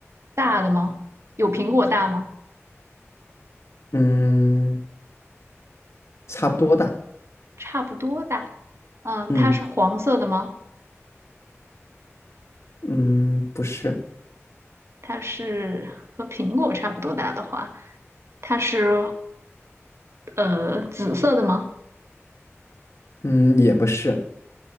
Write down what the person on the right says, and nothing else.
大的吗？有苹果大吗？
差不多大。嗯，
它是黄色的吗？
它是和苹果差不多大的话，它是呃紫色的吗？